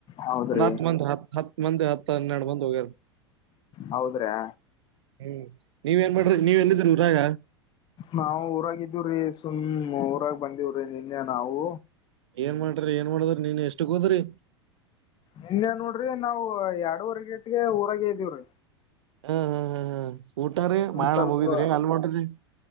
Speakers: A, on the left; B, on the right.
A: ಹೌದ್ರಿ
B: ಒಂದ್ ಹತ್ ಮಂದಿ ಹ ಹತ್ ಮಂದಿ ಹತ್ತ್ ಹನ್ನೆರಡು ಮಂದಿ ಹೋಗ್ಯಾರ.
A: ಹೌದ್ರಾ
B: ಹ್ಮ್ ನೀವೇನ್ ಮಾಡ್ರಿ ನೀವ್ ಎಲ್ಲಿದಿರಿ ಊರಾಗ.
A: ನಾವು ಊರಾಗಿದ್ದೀವ್ರೀ ಸುಮ್ ಊರಾಗ ಬಂದಿವವ್ರಿ ನಿನ್ನೆ ನಾವು.
B: ಏನ್ ಮಾಡ್ರಿ ಏನ್ ಮಾಡಿದ್ರ ನೀನ್ ಎಷ್ಟಕ್ ಹೋದ್ರಿ.
A: ನಿನ್ನೇ ನೋಡ್ರಿ ನಾವು ಎರಡೂವರೆ ಗೇಟ್ಗೆ ಊರಾಗೆ ಇದ್ದೀವ್ರೀ.
B: ಹ್ಮ್ ಹ್ಮ್ ಹ್ಮ್ ಹ್ಮ್ ಊಟ ರೀ
A: ಒಂದ್
B: ಮಾಡಗ್
A: ಸ್ವಲ್ಪ
B: ಹೋಗಿದ್ರಿ ಅಲ್ ಒಂಟಿವಿ.